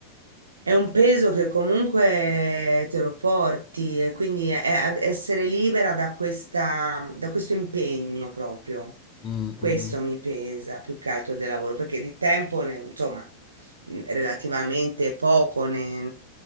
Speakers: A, on the right (about 70°); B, on the left (about 25°).
A: è un peso che comunque te lo porti e quindi è- è essere libera da questa, da questo impegno proprio.
B: Mm,
A: Questo
B: mm, mm.
A: mi pesa più che altro del lavoro, perché di tempo, ne- insomma, mm, relativamente poco ne,